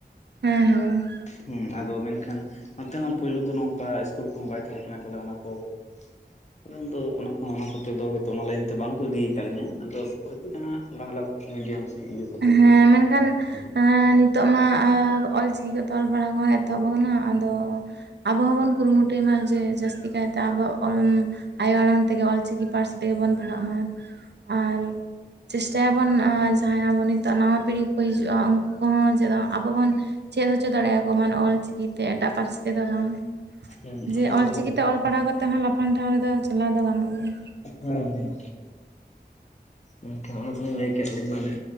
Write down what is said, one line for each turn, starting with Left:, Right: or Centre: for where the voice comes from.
Right: ᱦᱮᱸ ᱦᱮᱸ
Left: ᱦᱩᱸ ᱟᱫᱚ ᱢᱮᱱᱠᱷᱟᱱ ᱱᱚᱛᱮ ᱦᱚᱸ ᱯᱳᱭᱞᱳ ᱫᱚ ᱱᱚᱝᱠᱟ ᱤᱥᱠᱩᱞ ᱠᱚᱦᱚᱸ ᱵᱟᱭ ᱛᱟᱦᱮᱸ ᱠᱟᱱᱟ ᱛᱟᱦᱞᱮ ᱚᱱᱟ ᱠᱚ <unintelligible> ᱟᱫᱚ ᱩᱱ ᱫᱚ ᱚᱱᱟ ᱠᱚᱸᱦᱚ ᱚᱱᱟ ᱠᱚᱛᱮ ᱫᱚ ᱦᱳᱭᱛᱚ ᱚᱱᱟ ᱞᱟᱭᱤᱱ ᱛᱮ ᱵᱟᱝ ᱠᱚ ᱤᱫᱤ ᱠᱟᱫ ᱞᱤᱧᱟᱹ ᱟᱫᱚ ᱦᱳᱭᱛᱚ ᱡᱟᱦᱟᱸ ᱵᱟᱝᱞᱟ ᱢᱤᱰᱤᱭᱟᱢ ᱥᱮ ᱠᱚᱛᱮ
Right: ᱦᱮᱸ
Left: ᱜᱮ ᱦᱟᱸᱜ
Right: ᱢᱮᱱᱠᱷᱟᱱ
Left: ᱯᱟᱲᱦᱟᱣ ᱵᱟᱲᱟ ᱦᱩᱭ
Right: ᱱᱤᱛᱚᱜ ᱢᱟ ᱟᱨ ᱚᱞ ᱪᱤᱠᱤ ᱠᱚᱛᱮ ᱚᱞ ᱯᱟᱲᱦᱟᱣ ᱠᱚᱦᱚᱸ ᱮᱛᱚᱦᱚᱵ ᱟᱠᱟᱱᱟ ᱟᱫᱚ ᱟᱵᱚ ᱦᱚᱸᱵᱚᱱ ᱠᱩᱨᱩᱢᱩᱴᱩᱭ ᱢᱟ ᱡᱮ ᱡᱟᱥᱛᱤ ᱠᱟᱭᱛᱮ ᱟᱵᱚᱣᱟᱜ ᱚᱞ ᱟᱭᱳ ᱟᱲᱟᱝ ᱛᱮᱜᱮ ᱚᱞ ᱪᱤᱠᱤ ᱯᱟᱹᱨᱥᱤ ᱛᱮᱜᱮ ᱵᱚᱱ ᱯᱟᱲᱦᱟᱜ ᱢᱟ ᱟᱨ ᱪᱮᱥᱴᱟᱭ ᱟᱵᱚᱱ ᱡᱟᱦᱟᱸᱭ ᱟᱵᱚ ᱱᱤᱛ ᱱᱟᱣᱟ ᱯᱤᱲᱦᱤ ᱠᱚ ᱦᱤᱡᱩᱜᱼᱟ ᱩᱱᱠᱩ ᱠᱚᱦᱚᱸ ᱡᱮᱢᱚᱱ ᱟᱵᱚ ᱵᱚᱱ ᱪᱮᱫ ᱦᱚᱪᱚ ᱫᱟᱲᱮ ᱟᱠᱚ ᱢᱟ ᱚᱞ ᱪᱤᱠᱤ ᱛᱮ ᱮᱴᱟᱜ ᱯᱟᱹᱨᱥᱤ ᱛᱮᱫᱚ ᱵᱟᱝ
Left: ᱟᱠᱟᱱᱟ᱾ ᱦᱩᱸ ᱦᱩᱸ
Right: ᱡᱮ
Left: ᱚᱱᱟ
Right: ᱚᱞ
Left: ᱫᱚ
Right: ᱪᱤᱠᱤ ᱛᱮ ᱚᱞ ᱯᱟᱲᱦᱟᱣ ᱠᱟᱛᱮ ᱦᱚᱸ ᱞᱟᱯᱷᱟᱝ ᱴᱷᱟᱶ ᱨᱮᱫᱚ ᱪᱟᱞᱟᱣ ᱫᱚ ᱜᱟᱱᱚᱜ ᱜᱮᱭᱟ
Left: ᱦᱮᱸ ᱦᱮᱸ ᱢᱮᱱᱠᱷᱟᱱ ᱚᱱᱮ ᱛᱚᱞᱤᱧ ᱞᱟᱹᱭ ᱠᱮᱫ ᱟ. ᱞᱤᱧ ᱢᱟ ᱚᱱᱮ